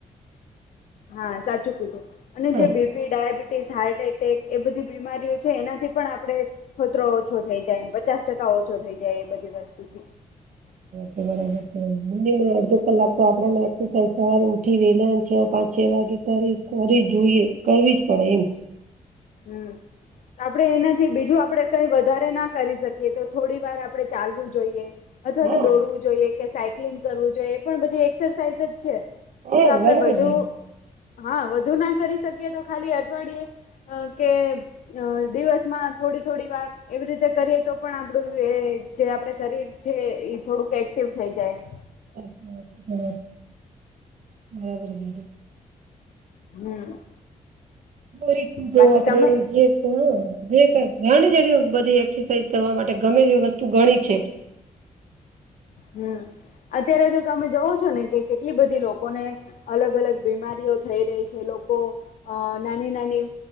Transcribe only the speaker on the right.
હા
સે બરાબર છે <unintelligible> અળધો કંલાક તો આપળાને એક્સસાઇઝ સવાર ઉઠી વેલન છે પાંચ છે વાગે કરી કરી જુઈએ કરવી જ પળે એમ.
હા
હા
બરાબર
છે સાચી
સાચી વાત છે તમારી બરાબર કીધું.
<unintelligible>
આપળે
રે જે હ અ જે <unintelligible> ઘણી જ એવીઓ બધી એક્સસાઇઝ કરવા માટે ગમે એવી વસ્તુ ઘણી છે.